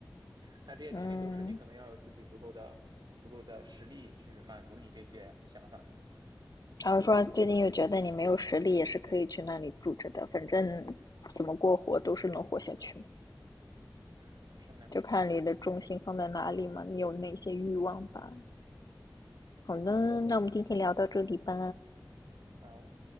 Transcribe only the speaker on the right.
但这些前提都是你可能要有自己足够的、
足够的实力去满足你这些想法。
嗯，是呢。
好。